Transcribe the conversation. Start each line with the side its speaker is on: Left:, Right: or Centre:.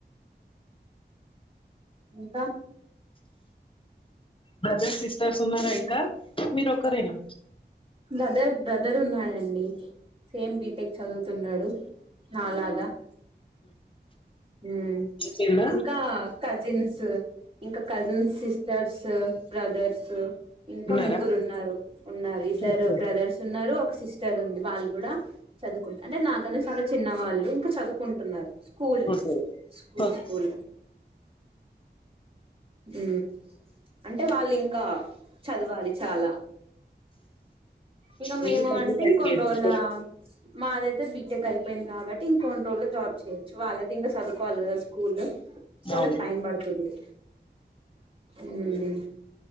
Right: ఇంకా
Left: బ్రదర్ సిస్టర్స్ ఉన్నారా ఇంకా మీరు ఒక్కరేనా
Right: బ్రదర్ బ్రదర్ ఉన్నాడండి సేమ్ బీ. టెక్ చదువుతున్నాడు నాలాగా మ్మ్
Left: కింద
Right: ఇంకా కజిన్స్ ఇంకా కజిన్ సిస్టర్స్ బ్రదర్స్ ఇంకా
Left: ఉన్నారా
Right: ముగ్గురున్నారు ఉన్నారు ఇం ఇద్దరు
Left: ఓకే
Right: బ్రదర్స్ ఉన్నరు ఒక సిస్టర్ ఉంది వాళ్ళు కూడా పెద్దకులే అంటే నాకన్నా చాలా చిన్నవాళ్ళు ఇంకా చదువుకుంటున్నారు school
Left: okay
Right: school
Left: okay
Right: school మ్మ్ అంటే వాళ్ళింకా చదవాలి చాలా ఇంకా
Left: మీది
Right: మేము
Left: కంప్లీట్
Right: అంటే ఇంకొన్ని
Left: అయిపోయింది
Right: రోజుల మాద్ అయితే బీ. టెక్ అయిపోయింది కాబట్టి ఇంకొన్ని రోజుల్లో జాబ్ చేయొచ్చు వాళ్ళకింకా సదుకోవాలి కదా స్కూల్ సో వాళ్ళక్
Left: అవును
Right: టైం బడుతుంది మ్మ్